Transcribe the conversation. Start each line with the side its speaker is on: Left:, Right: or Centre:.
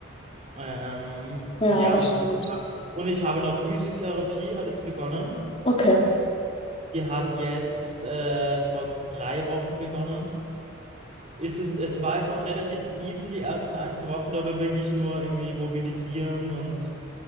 Right: ähm,
Left: Ja,
Right: ja,
Left: das
Right: und,
Left: stimmt.
Right: und ich habe auch Physiotherapie hat jetzt begonnen.
Left: Okay,
Right: Die hat jetzt äh, vor drei Wochen begonnen. Ist es, es war jetzt noch relativ easy, die ersten ein, zwei Wochen, da wir wirklich nur irgendwie mobilisieren und